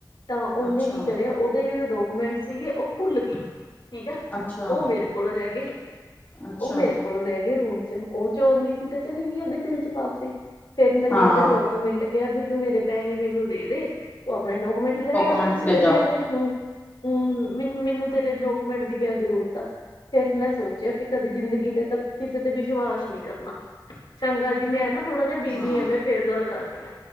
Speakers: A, on the left (about 80°); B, on the left (about 25°).
A: ਤਾਂ ਓਨੇ
B: ਅੱਛਾ,
A: ਕੀ ਕਰੇਆ ਓਦੇ ਜਿੜੇ ਡਾਕੂਮੈਂਟ ਸੀਗੇ ਓ ਭੁੱਲਗੀ। ਠੀਕ ਆ
B: ਅੱਛਾ,
A: ਓ ਮੇਰੇ ਕੋਲ ਰੈ ਗਏ।
B: ਅੱਛਾ,
A: ਓ ਮੇਰੇ ਕੋਲੋਂ ਐ ਗਏ ਰੂਮ ਚ ਓ ਚੋਰਨੀ ਸੀ ਤੇ ਚੱਲਗੀ ਓਦੇ ਦਿਲ ਚ ਪਾਪ ਸੀ। ਫੇਰ ਮੈਨੇ
B: ਹਾਂ,
A: ਓਦੇ ਡਾਕੂਮੈਂਟ ਕੈਆ ਵੀ ਤੂੰ ਮੇਰੇ ਪੈਹੇ ਮੈਨੂੰ ਦੇਦੇ ਤੂੰ ਅਪਣੇ ਡਾਕੂਮੈਂਟ ਲੈ
B: ਡਾਕੂਮੈਂਟਸ
A: ਲਾ ਮੈਂ ਤੇ
B: ਲੈ
A: ਮੈਂ
B: ਜਾ,
A: ਤੇ ਹੂੰ ਹੂੰ ਮਿਨੂੰ-ਮਿਨੂੰ ਤੇਰੇ ਡੋਕੂਮੈਂਟ ਦੀ ਕਯਾ ਜ਼ਰੂਰਤ ਆ ਫੇਰ ਸੋਚਿਆ‌ ਵੀ ਕਦੇ ਜ਼ਿੰਦਗੀ ਤੇ ਤਾਂ ਕਿਸੇ ਤੇ ਵਿਸ਼ਵਾਸ ਕੁਛ ਨੀ ਕਰਨਾ ਚੰਗਾ ਜੀ ਮੈਂ ਨਾ ਥੋੜਾ ਜੇਆ ਬਿਜ਼ੀ
B: ਹਾਂ।
A: ਆ ਮੈਂ ਫੇਰ ਗੱਲ ਕਰਦੀ ਆ।